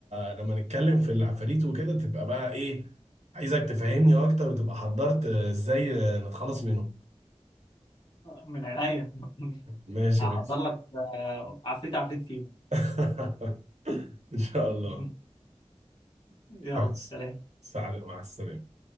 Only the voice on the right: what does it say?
لما نتكلم في العفاريت وكده تبقى بقى ايه عايزك تفهمني اكتر وتبقى حضرت ازاي نتخلص منهم
ماشي
يا بس
<laughs> ان شاء الله
مع الس-
سعد- مع السلامة